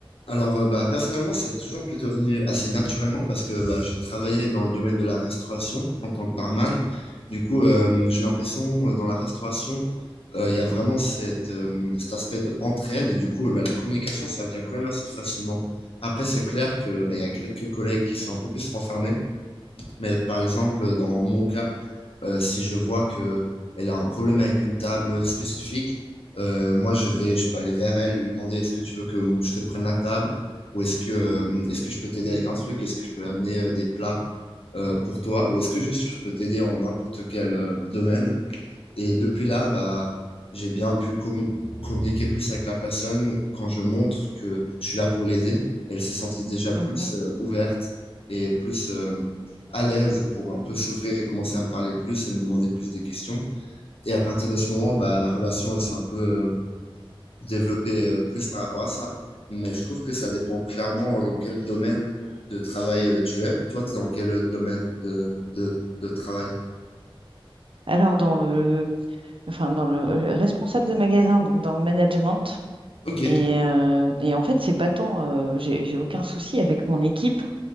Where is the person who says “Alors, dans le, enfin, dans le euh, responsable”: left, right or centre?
Right